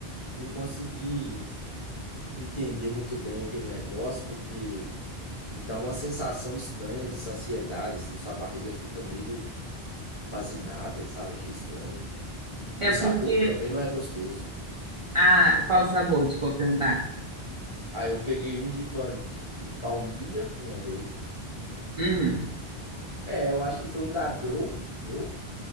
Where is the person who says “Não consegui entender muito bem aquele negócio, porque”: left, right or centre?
Left